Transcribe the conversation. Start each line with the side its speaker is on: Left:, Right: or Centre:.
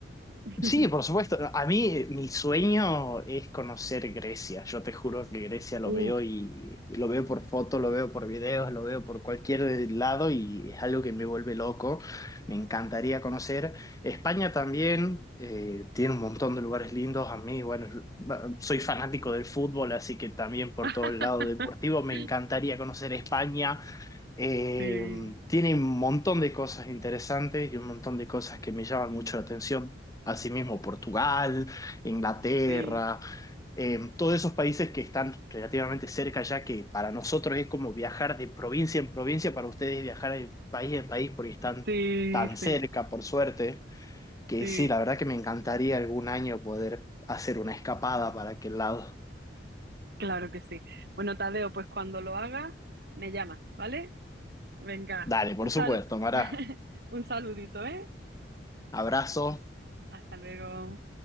Right: <laughs>
Left: sí, por supuesto. A mí eh, mi sueño es conocer Grecia. Yo te juro que Grecia lo
Right: Uf.
Left: veo y lo veo por fotos, lo veo por videos, lo veo por cualquier lado y es algo que me vuelve loco. Me encantaría conocer. España también eh, tiene un montón de lugares lindos. A mí, bueno, yo- ba- soy fanático del fútbol, así que también por
Right: <laughs>
Left: todo el lado deportivo me encantaría conocer España. Eh,
Right: Sí,
Left: tiene un montón de cosas interesantes y un montón de cosas que me llaman mucho la atención. Asimismo, Portugal, Inglaterra,
Right: sí,
Left: eh, todos esos países que están relativamente cerca ya, que para nosotros es como viajar de provincia en provincia, para ustedes es viajar de país en país porque están
Right: sí,
Left: tan cerca,
Right: sí,
Left: por suerte, que
Right: sí,
Left: sí, la verdad que me encantaría algún año poder hacer una escapada para aquel lado.
Right: claro que sí. Bueno, Tadeo, pues cuando lo hagas, me llamas, ¿vale? Venga,
Left: Dale,
Right: un
Left: por
Right: sal...
Left: supuesto, Mara.
Right: <laughs> un saludito, ¿eh?
Left: Abrazo.
Right: Hasta luego.